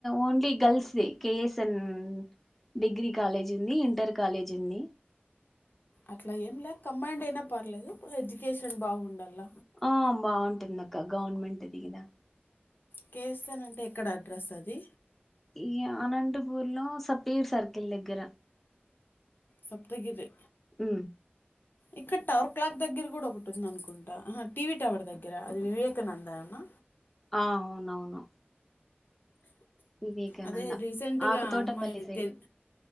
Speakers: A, in the centre; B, on the left (about 60°).
A: ఓన్లీ గర్ల్స్ ది కఎస్ అన్ డిగ్రీ కాలేజ్ ఉంది ఇంటర్ కాలేజ్ ఉంది
B: అట్లా ఏం లే కంబైండ్ అయినా పర్లేదు ఎడ్యుకేషన్ బాగుండాల
A: ఆ బాగుంటుంది అక్క గవర్నమెంట్ దిగదా
B: కే ఎస్ ఎన్ అంటే ఎక్కడ అడ్రస్ అది
A: ఇయ అనంతపూర్లో సప్తగిరి సర్కిల్ దగ్గర
B: సప్తగిరి
A: ఉ
B: ఇక్కడ టవర్ క్లాక్ దగ్గర కూడా ఒకటి ఉంద అనుకుంటా. టీవీ టవర్ దగ్గర అది వివేకానంద అమా
A: ఆ అవునవును వివేకానంద
B: అదే రీసెంట్గా
A: ఆకుతోటపల్లి
B: అమ్మాయిది తెన్